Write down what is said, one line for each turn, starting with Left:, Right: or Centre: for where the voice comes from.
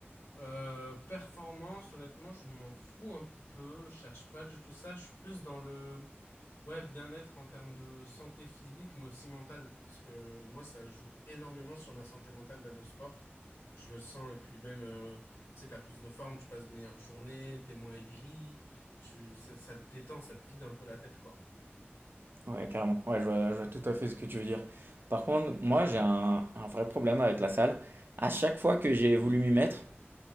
Left: Euh, performance, honnêtement, je m'en fous un peu, je cherche pas du tout ça, je suis plus dans le ouais, bien-être en termes de santé physique, mais aussi mentale, parce que moi, ça joue énormément sur ma santé mentale d'aller au sport. Je le sens, et puis même, euh, tu sais, t'as plus de forme, tu passes de meilleures journées, t'es moins aigri, tu, ça, ça te détend, ça te vide un peu la tête, quoi.
Right: Ouais, carrément. Ouais, je vois, je vois tout à fait ce que tu veux dire. Par contre, moi, j'ai un, un vrai problème avec la salle. À chaque fois que j'ai voulu m'y mettre,